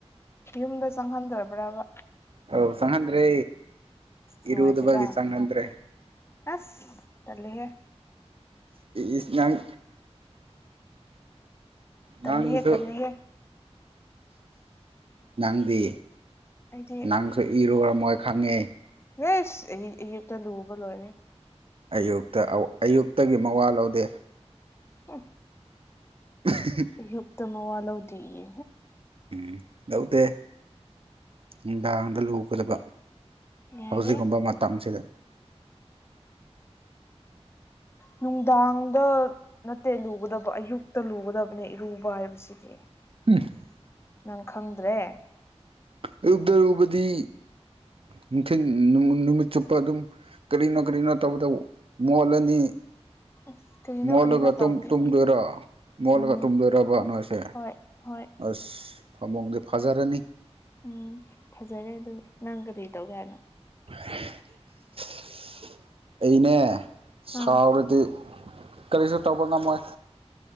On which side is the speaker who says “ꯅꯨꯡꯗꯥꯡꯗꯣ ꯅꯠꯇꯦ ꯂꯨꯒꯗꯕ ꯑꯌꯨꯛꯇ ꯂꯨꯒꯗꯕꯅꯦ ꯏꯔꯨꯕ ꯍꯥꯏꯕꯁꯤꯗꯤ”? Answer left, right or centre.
Left